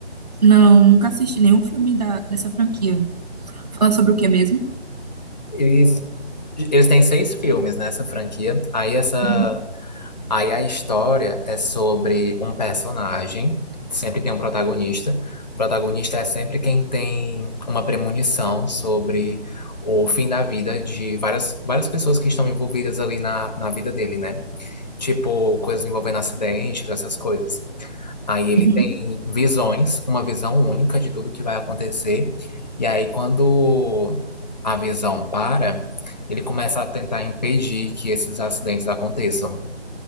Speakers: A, on the right (about 35°); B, on the left (about 40°).
A: Não, nunca assisti nenhum filme da, dessa franquia. Fala sobre o que mesmo?
B: Eles, eles têm seis filmes nessa franquia. Aí essa
A: Uhum,
B: Aí a história é sobre um personagem, sempre tem um protagonista. O protagonista é sempre quem tem uma premonição sobre o fim da vida de várias, várias pessoas que estão envolvidas ali na, na vida dele, né? Tipo, coisas envolvendo acidentes, essas coisas. Aí ele
A: uhum,
B: tem visões, uma visão única de tudo que vai acontecer. E aí, quando a visão para, ele começa a tentar impedir que esses acidentes aconteçam.